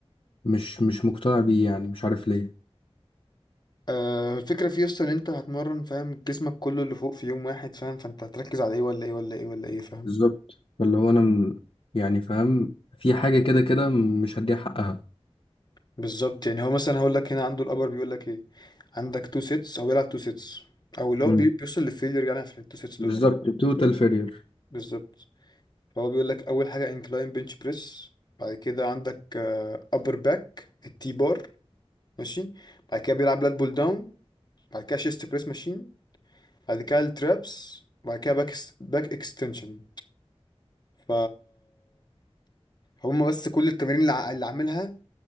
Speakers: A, on the left; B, on the left.
A: مش مش مقتنع بيه يعني مش عارف ليه
B: آه، الفكرة في يسطا ان انت هتمرن فاهم جسمك كله اللي فوق في يوم واحد فاهم فانت هتركز على ايه ولا ايه ولا ايه ولا ايه فاهم
A: بالظبط فاللي هو انا م... يعني فاهم في حاجه كده كده مش هديها حقها
B: بالظبط يعني هو مثلا هقول لك هنا عنده الابر بيقول لك ايه عندك تو سيتس هو بيلعب تو سيتس او اللي
A: مم.
B: هو بي- بيوصل للفيلير يعني في التو سيتس
A: بالظبط
B: دول اهو.
A: توتال فيرير
B: بالظبط فهو بيقول لك اول حاجة انكلاين بنش بريس بعد كده عندك ابر باك التي بار ماشي بعد كده بيلعب لات بول داون بعد كده شيست بريس ماشين بعد كده الترابس بعد كده باك باك اكستنشن ف هما بس كل التمارين اللي ع- اللي عاملها